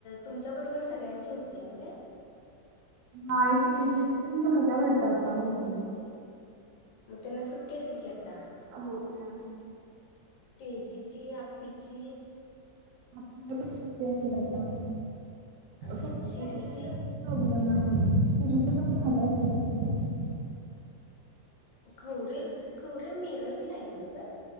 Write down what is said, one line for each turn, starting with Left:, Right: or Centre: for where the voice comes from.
Left: तुमच्या बरोबर सगळ्यांची होती नव्या. <inaudible>
Right: नाही ते जितिन झाल्या वाटतं बहुतेक.
Left: मग त्यांना सुट्टी असेल की. आता
Right: हो मॅम.
Left: तेजीची आपीची.
Right: आपल्या पण शट्ट्य असेल आता
Left: आणि
Right: फक्त
Left: शिरीची
Right: त्यावरेचच प्रॉब्लेम आहे. तेजीची पण झाल्यात <inaudible>
Left: खवरे खवरे मिरज मिरजला आहे नव्ह ग.